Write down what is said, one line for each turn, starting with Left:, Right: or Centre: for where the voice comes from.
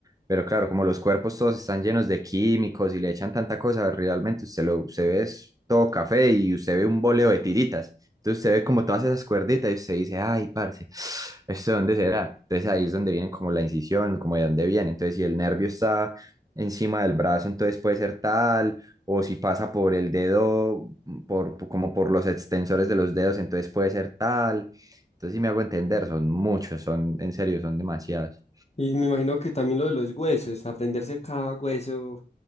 Right: Pero claro, como los cuerpos todos están llenos de químicos y le echan tanta cosa, realmente usted lo usted ve es todo café y usted ve un boleo de tiritas. Entonces usted ve como todas esas cuerditas y usted dice, ay, parce, <sniffs> ¿esto de dónde será? Entonces ahí es donde viene como la incisión, como de dónde viene. Entonces si el nervio está encima del brazo, entonces puede ser tal o si pasa por el dedo, por, por- como por los extensores de los dedos, entonces puede ser tal. Entonces, sí me hago entender, son muchos, son, en serio, son demasiados.
Left: Y me imagino que también lo de los huesos, aprenderse cada hueso,